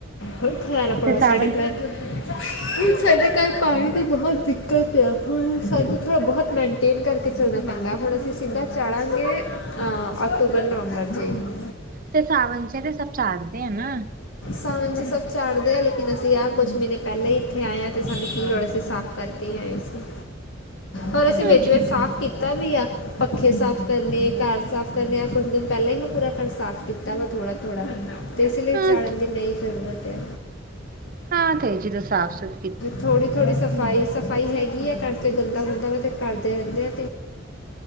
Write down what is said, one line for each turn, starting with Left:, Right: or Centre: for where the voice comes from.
Left: ਬਹੁਤ ਖਾਰਾ ਪਾ
Right: ਤੇ ਸਾਵਨ
Left: ਸਾਡੇ ਘਰ ਹੁਣ ਸਾਡੇ ਘਰ ਪਾਣੀ ਦੀ ਬਹੁਤ ਦਿੱਕਤ ਆ ਹੁਣ ਸਾਨੂੰ ਥੋੜ੍ਹਾ ਬਹੁਤ ਮੇਨਟੇਨ ਕਰਕੇ ਚੱਲਣਾ ਪੈਂਦਾ ਹੁਣ ਅਸੀਂ ਸਿੱਧਾ ਚਾੜਾਂਗੇ ਹਾਂ ਅਕਟੂਬਰ ਨਵੰਬਰ ਚ
Right: ਤੇ ਸਾਵਣ ਚ ਤੇ ਸਭ ਚਾਗਦੇ ਆ ਨਾ
Left: ਸਾਵਣ ਚ ਸਭ ਚਾੜਦੇ ਆ ਲੇਕਿਨ ਅਸੀਂ ਆ ਕੁੱਛ ਮਹੀਨੇ ਪਹਿਲਾਂ ਹੀ ਇੱਥੇ ਆਏ ਹਾਂ ਤੇ ਸਾਨੂੰੜ ਅਸੀਂ ਸਾਫ਼ ਕਰਕੇ ਹੀ ਆਏ ਸੀ ਹੋਰ ਅਸੀਂ
Right: ਹਾਂ
Left: ਵਿੱਚ
Right: ਠੀਕ
Left: ਵਿੱਚ ਸਾਫ਼ ਕੀਤਾ ਵੀ ਆ ਪੱਖੇ ਸਾਫ ਕਰਨੇ ਘਰ ਸਾਫ ਕਰਨੇ ਆ ਕੁਛ ਦਿਨ ਪਹਿਲੇ ਮੈਂ ਪੂਰਾ ਘਰ ਸਾਫ਼ ਕੀਤਾ ਵਾ ਥੜਾ ਥੋੜਾ ਅਤੇ ਇਸ ਲਈ
Right: ਹਾਂ
Left: ਚਾੜਨ ਦੀ ਨਈ ਜ਼ਰੂਰਤ ਹੈ
Right: ਹਾਂ ਈ ਜ ਤ ਸਾਫ਼ ਸੁਥ
Left: ਥੋੜੀ ਥੋੜੀ ਸਫ਼ਾਈ ਸਫ਼ਾਈ ਹੈਗੀ ਆ ਘਰ ਚ ਗੰਦਾ-ਗੁੰਦਾ ਵਾ ਤੇ ਕਰਦੇ ਰਹਿੰਦੇ ਆ